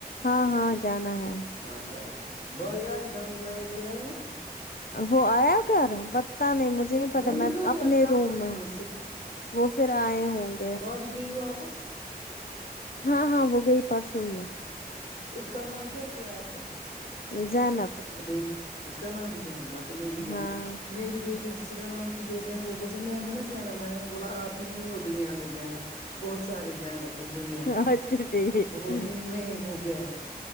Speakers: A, on the left; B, on the left.
A: ہاں ہاں جانا ہے
B: آچھا اچھ بائی آیا دانش بایاب آیا
A: وہ آیا گھر پتتاہ نہیں مجھے نہیں پتا
B: وہ نکل
A: میں
B: گیا
A: اپنے
B: کب
A: روم
B: کا یہاں
A: میں وہ پھر آئے ہوں گے
B: بابی گی واپس
A: ہاں ہاں وہ گئی پرسوںئی ہے
B: اس کا نام کیا کیا آپ نے
A: زینب
B: بی اس کا نام بھی ذہن باقی میری بی
A: ہاں
B: میری بیٹی کسی کا نام سد وہ بولتی میں ہوںا زینا میں بولا آ ہی نہیں ہو دنیا میں زینا بہت سارے زینب ہیں دنیا
A: اچھا
B: میں
A: ٹھیک
B: وہ بولتی میں ہوں زینب